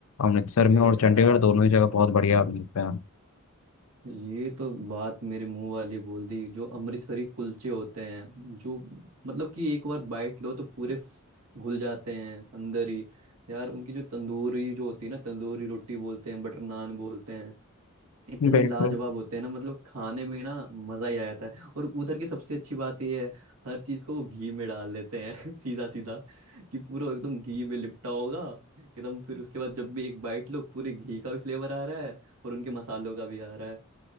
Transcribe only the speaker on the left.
अमृतसर
में और
चंडीगढ़ दोनों ही जगह बहुत बढ़िया मिलते हैं
बिल्कुल